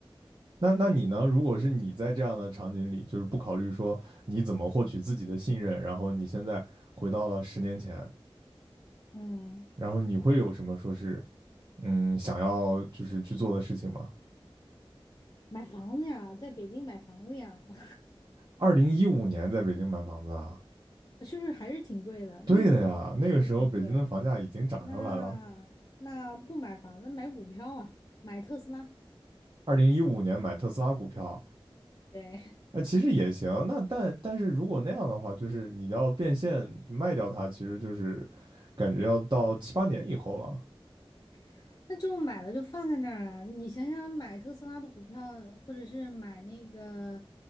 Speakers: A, on the right (about 50°); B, on the left (about 40°).
A: 那那你呢？如果是你在这样的场景里，就是不考虑说你怎么获取自己的信任，然后你现在回到了十年前，
B: 嗯，
A: 然后你会有什么说是嗯想要就是去做的事情吗？
B: 买房子呀，在北京买房子呀，<laughs>
A: 二零一五年在北京买房子啊，
B: 是不是还是挺贵的？
A: 对的呀，
B: 那个时候应该也挺贵的。
A: 那个时候北京的房价已经涨上来了。
B: 那那不买房子，买股票啊，买特斯拉。
A: 二零一五年买特斯拉股票，
B: 对，
A: 那其实也行。那但但是如果那样的话，就是你要变现卖掉它，其实就是感觉要到七八年以后了。
B: <laughs> 那就买了就放在那儿了。你想想，买特斯拉的股票，或者是买那个